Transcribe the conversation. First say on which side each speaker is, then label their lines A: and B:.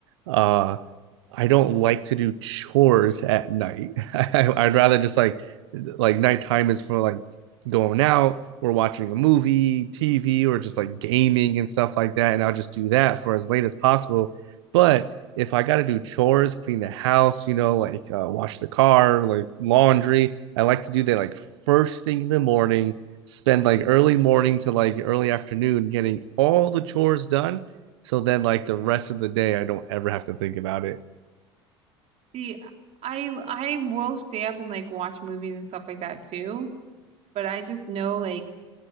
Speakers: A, on the right; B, on the right.
A: uh I don't like to do chores at night. <laughs> I, I'd rather just like like nighttime is for like going out or watching a movie, TV, or just like gaming and stuff like that. And I'll just do that for as late as possible. But if I got to do chores, clean the house, you know, like uh, wash the car, like laundry, I like to do that like first thing in the morning, spend like early morning to like early afternoon getting all the chores done. So then, like the rest of the day, I don't ever have to think about it.
B: See, I I will stay up and like watch movies and stuff like that too, but I just know like